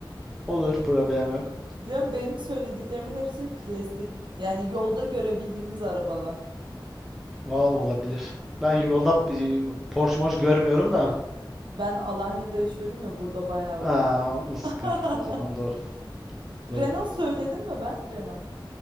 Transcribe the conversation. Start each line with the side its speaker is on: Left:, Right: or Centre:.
Centre: olur problem yok.
Right: Diyorum benim söylediklerimin hepsi klasik. Yani yolda görebildiğimiz arabalar.
Centre: Va olabilir. Ben yolda e, Porsche moş görmüyorum da.
Right: Ben Alanya'da yaşıyorum ya burada bayağı
Centre: Aa,
Right: var.
Centre: o sıkıntı.
Right: <laughs>
Centre: O zaman doğru. Doğru.
Right: Renault söyledim mi ben? Renault.